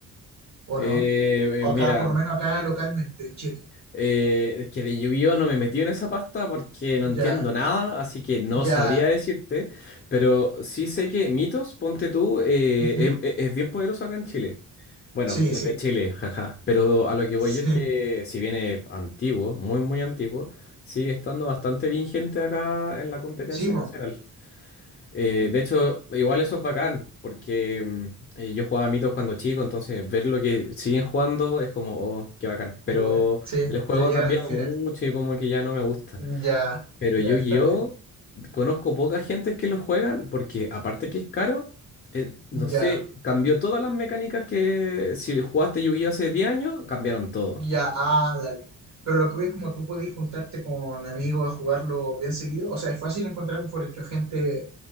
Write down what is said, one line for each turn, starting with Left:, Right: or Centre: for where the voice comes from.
Right: ¿O
Left: Eh,
Right: no? O
Left: eh, mira.
Right: acá, por lo menos acá localmente, en Chile.
Left: Eh, es que de Yu-Gi-Oh no me metí en esa pasta porque no entiendo
Right: Ya,
Left: nada, así que no
Right: ya.
Left: sabría decirte, pero sí sé que Mitos, ponte tú, eh,
Right: ujú.
Left: es, es- es bien poderoso acá en Chile. Bueno,
Right: Sí,
Left: es
Right: sí,
Left: de Chile, jaja, pero a lo que voy
Right: <laughs>
Left: yo es que
Right: sí.
Left: si viene antiguo, muy muy antiguo, sigue estando bastante vigente acá en la competencia
Right: Sí, po,
Left: nacional. Eh, de hecho, igual eso es bacán, porque mm, eh, yo jugaba mitos cuando chico, entonces ver lo que siguen jugando es como, oh, qué bacán. Pero
Right: igual. Sí,
Left: el juego
Right: te llegan
Left: ha cambiado
Right: el feeling.
Left: mucho y como que ya no me gusta.
Right: Ya,
Left: Pero
Right: ya
Left: Yu-Gi-Oh!
Right: está bien.
Left: conozco poca gente que lo juegan, porque aparte que es caro, eh, no
Right: Ya.
Left: sé, cambió todas las mecánicas que si jugaste Yu-Gi-Oh! hace 10 años, cambiaron todo.
Right: Ya, ah, dale. Pero lo que voy es como tú podés juntarte con amigos a jugarlo bien seguido. O sea, es fácil encontrar, mejor dicho, gente,